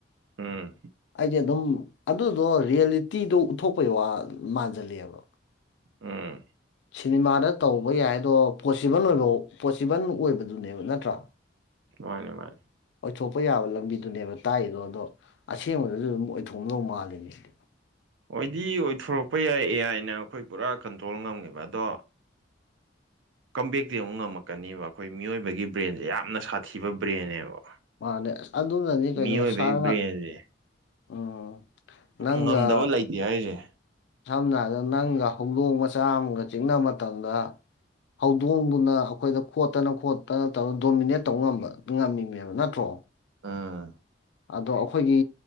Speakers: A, on the right (about 80°); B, on the left (about 70°).
A: ꯎꯝ
B: ꯑꯩꯗꯤ ꯑꯗꯨꯝ ꯑꯗꯨꯗꯣ ꯔꯤꯌꯦꯂꯤꯇꯤꯗꯣ ꯎꯠꯊꯣꯛꯄꯩ ꯋꯥ ꯃꯥꯟꯁꯤꯂꯑꯕ
A: ꯎꯝ
B: ꯁꯤꯅꯦꯃꯥꯗ ꯇꯧꯕ ꯌꯥꯏꯗꯣ ꯄꯣꯁꯤꯕꯟ ꯑꯣꯏꯕ ꯄꯣꯁꯤꯕꯜ ꯑꯣꯏꯕꯗꯨꯅꯦꯕ ꯅꯠꯇ꯭ꯔꯥ
A: ꯃꯥꯅꯦ ꯃꯥꯅꯦ
B: ꯑꯣꯏꯊꯣꯛꯄ ꯌꯥꯕ ꯂꯝꯕꯤꯗꯨꯅꯦꯕ ꯇꯥꯛꯗꯣ ꯑꯗꯣ ꯑꯁꯦꯡꯕꯗꯁꯨ ꯑꯗꯨꯝ ꯑꯣꯏꯊꯣꯛꯅꯧ ꯃꯥꯜꯂꯤꯅꯦ ꯁꯤꯗꯤ
A: ꯑꯣꯏꯗꯤ ꯑꯣꯏꯊꯣꯔꯛꯄ ꯌꯥꯏ ꯑꯦ ꯑꯥꯏꯅ ꯑꯩꯈꯣꯏ ꯄꯨꯔꯥ ꯀꯟꯇ꯭ꯔꯣꯜ ꯉꯝꯃꯦꯕ ꯑꯗꯣ ꯀꯝꯕꯦꯛꯇ ꯑꯃꯨꯛ ꯉꯝꯃꯛꯀꯅꯤꯕ ꯑꯩꯈꯣꯏ ꯃꯤꯑꯣꯏꯕꯒꯤ ꯕ꯭ꯔꯦꯟꯁꯦ ꯌꯥꯝꯅ ꯁꯥꯊꯤꯕ ꯕ꯭ꯔꯦꯟꯅꯦꯕ
B: ꯃꯥꯅꯦ ꯑꯁ ꯑꯗꯨꯅꯅꯤ ꯀꯩꯅꯣ
A: ꯃꯤꯑꯣꯏꯕꯒꯤ
B: ꯁꯥ ꯉ
A: ꯕ꯭ꯔꯦꯟꯁꯦ
B: ꯎꯝ <inaudible> ꯅꯪꯒ
A: ꯉꯝꯗꯕ ꯂꯩꯇꯦ ꯍꯥꯏꯔꯤꯁꯦ
B: ꯁꯝꯅ ꯍꯥꯏꯔꯕꯗ ꯅꯪꯒ ꯍꯧꯗꯣꯡ ꯃꯆꯥ ꯑꯃꯒ ꯆꯤꯡꯛꯅꯕ ꯃꯇꯝꯗ ꯍꯧꯗꯣꯡꯗꯨꯅ ꯑꯩꯈꯣꯏꯗ ꯈꯣꯠꯇꯅ ꯈꯣꯠꯇꯅ ꯇꯧꯔ ꯗꯣꯃꯤꯅꯦꯠ ꯇꯧꯕ ꯉꯝꯕ ꯉꯝꯃꯤꯅꯦꯕ ꯅꯠꯇ꯭ꯔꯣ
A: ꯑꯥ
B: ꯑꯗꯣ ꯑꯩꯈꯣꯏꯒꯤ